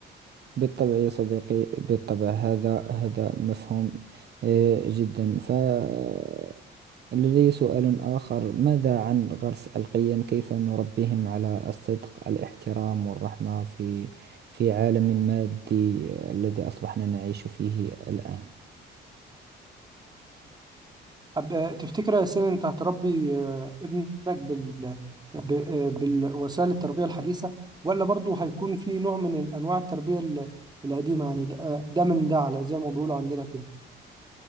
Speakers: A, on the right (about 55°); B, on the right (about 20°).
A: بالطبع يا صديقي بالطبع هذا هذا مفهوم آه، جدا فلدي سؤال آخر ماذا عن غرس القيم كيف نربيهم على الصدق الاحترام والرحمة في في عالم مادي الذي أصبحنا نعيش فيه الآن
B: أب- آه، تفتكر يا سيدي انت هتربي آه، ابنك بال ب- آه، بالوسائل التربيه الحديثه ولا برضه هيكون في نوع من انواع التربيه ال- القديمه يعني ده آه، ده من ده على زي ما بيقولوا عندنا كده